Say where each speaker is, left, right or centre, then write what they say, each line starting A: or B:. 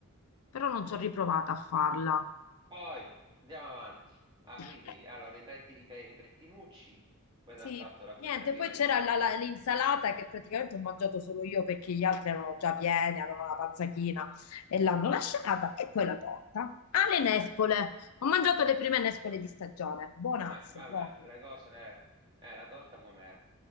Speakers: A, on the left; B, on the right.
A: Però non
B: Mm.
A: ci ho riprovata a farla.
B: Poi andiamo avanti. Ah,
A: Eh,
B: quindi allora ripeti i, pe- i pettinucci, poi
A: Sì,
B: ti ha fatto la
A: niente,
B: frittatina
A: poi c'era
B: di.
A: la- la- l'insalata che praticamente ho mangiato solo io perché gli altri erano già pieni, avevano la panza china e l'hanno lasciata. E poi la torta. Ah, le nespole. Ho mangiato le prime nespole di stagione. Buonazze,
B: Eh, vabbè,
A: proprio.
B: le cose. le- Eh, la torta com'era?